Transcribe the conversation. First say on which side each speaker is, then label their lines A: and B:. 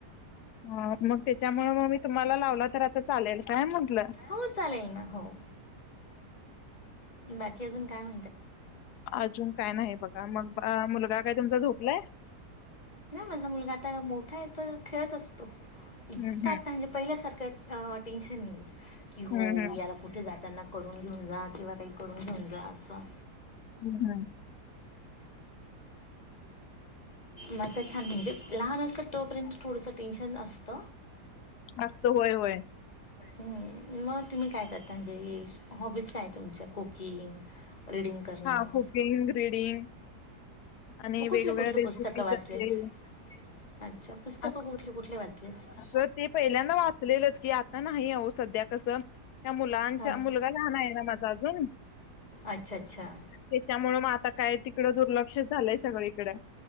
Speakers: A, on the left; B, on the left.
A: हा मग त्याच्यामुळे मग मी तुम्हाला लावला तर आता चालेल काय म्हटलं
B: हो चालेल ना हो बाकी अजून कायण
A: अजून काय नाही बघा मग मुलगा काय तुमचा झधोकलाय
B: ना माझा मुलगा आता मोठा आहे तर खेळत असतो इता
A: हम्म हम्म
B: आता म्हणजे पहिल्यासारखं टेन्शन नाही की हो
A: हम्म हम्म
B: याला कुठे जात त्यांना करून घेऊन जा किंवा काही करून घेऊन जा असं
A: हम्म हम्म
B: मग छान म्हणे लहान असत तोपर्यंत थोड टेन्शन असत
A: असत होय होय
B: मग तुम्ही काय करता म्हणजे हॉबीज काय तुमच्या कुकिंग रीडिंग करणं
A: हा कुकिंग र्रीडिंग आणि
B: मग
A: वेगवेगळ्या
B: कुठले कुठले
A: रेसिपीज
B: पुस्तकं वाचलेत
A: असेल
B: अच्छा पुस्तकं
A: अस
B: कुठले कुठले वाचलेत
A: असं ते पहिल्यांदा वाचलेलच की आ नाही अ सध्या कसं त्या मुलांचा
B: हां
A: मुलगा लहान आहे ना माझा अजून
B: अच्छा अच्छा
A: त्याच्यामुं मग आता काय तिकडं दुर्लक्ष झालंय सगळीकडे